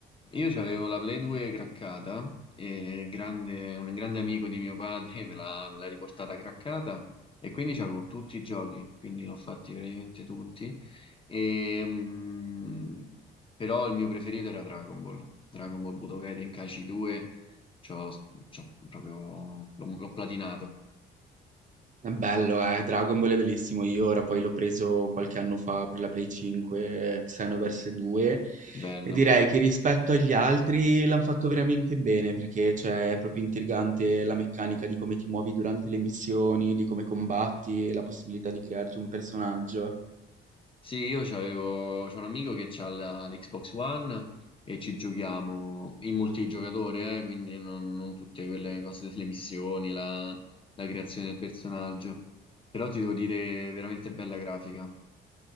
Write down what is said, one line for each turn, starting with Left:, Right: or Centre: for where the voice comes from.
Left: Io avevo la Play 2 craccata e grande- un grande amico di mio padre <laughs> me l'ha me l'ha riportata craccata e quindi c'avevo tutti i giochi, quindi l'ho fatti praticamente tutti. E, mm, però il mio preferito era Dragon Ball, Dragon Ball Budokai Tenkaichi 2, c'ho, c'ho proprio, l'ho l'ho platinato,
Right: È bello, eh, Dragon Ball è bellissimo. Io ora poi l'ho preso qualche anno fa per la Play 5, Xenoverse 2,
Left: bello.
Right: e direi che rispetto agli altri l'hanno fatto veramente bene perché cioè, è proprio intrigante la meccanica di come ti muovi durante le missioni, di come combatti, e la possibilità di crearti un personaggio.
Left: Sì, io c'avevo, c'ho un amico che ha la- l'Xbox One e ci giochiamo in multigiocatore, eh, quindi non, non tutte quelle cose delle missioni, la, la creazione del personaggio. Però ti devo dire, veramente bella grafica.